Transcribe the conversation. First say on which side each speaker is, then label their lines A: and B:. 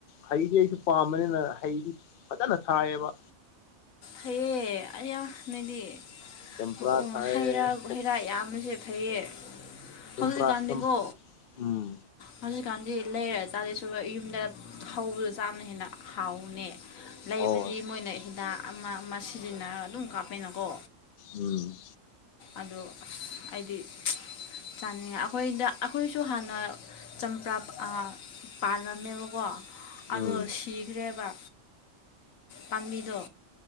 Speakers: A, on the left; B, on the left.
A: ꯍꯩꯗꯤ ꯑꯩꯁꯨ ꯄꯥꯝꯕꯅꯤꯅ ꯍꯩꯗꯤ ꯐꯖꯅ ꯊꯥꯏꯑꯕ
B: ꯍꯩꯌꯦ ꯑꯩꯌꯥ ꯅꯣꯏꯗꯤ
A: ꯆꯝꯄ꯭ꯔꯥ
B: ꯑꯣ ꯑꯣ
A: ꯊꯥꯏꯌꯦ
B: ꯍꯩꯥ ꯍꯩꯔꯥ ꯌꯥꯝꯌꯥꯝꯕꯁꯦ ꯐꯩꯌꯦ
A: ꯆꯝꯄ꯭ꯔꯥ
B: ꯍꯧꯖꯤꯛꯀꯥꯟꯗꯤꯀꯣ
A: ꯆꯝ ꯎꯝ
B: ꯍꯧꯖꯤꯛꯀꯥꯟꯗꯤ ꯂꯩꯔ ꯆꯥꯗꯣꯏꯁꯔꯨꯛ ꯌꯨꯝꯗ ꯍꯧꯕꯗ ꯆꯥꯅ ꯍꯦꯟꯅ ꯍꯥꯎꯕꯅꯦ ꯂꯩꯕꯗꯤ
A: ꯍꯣꯏ
B: ꯃꯣꯏꯅ ꯍꯤꯗꯥꯛ ꯑꯃ ꯑꯃ ꯁꯤꯖꯤꯟꯅꯔꯒ ꯑꯗꯨꯝ ꯀꯥꯞꯄꯦꯅꯀꯣ
A: ꯎꯝ
B: ꯑꯗꯣ ꯑꯩꯗꯤ ꯆꯥꯅꯤꯡꯉꯦ ꯑꯩꯈꯣꯏꯗ ꯑꯩꯈꯣꯏꯁꯨ ꯍꯥꯟꯅ ꯆꯝꯄ꯭ꯔꯥ ꯄꯥꯜꯂꯝꯃꯦꯕꯀꯣ ꯑꯗꯣ
A: ꯎꯝ
B: ꯁꯤꯈ꯭ꯔꯦꯕ ꯄꯥꯝꯕꯤꯗꯣ